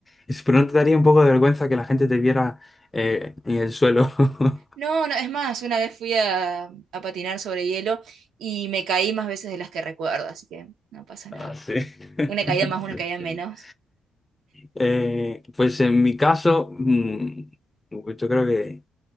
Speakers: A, on the left; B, on the right.
A: Y si- Pero no te daría un poco de vergüenza que la gente te viera eh, en el suelo. <laughs>
B: No, no, es más, una vez fui a, a patinar sobre hielo y me caí más veces de las que recuerdo, así que no pasa nada.
A: Ah, sí. <laughs>
B: Una caída más, una caída menos.
A: Eh, pues en mi caso, mm, pues yo creo que,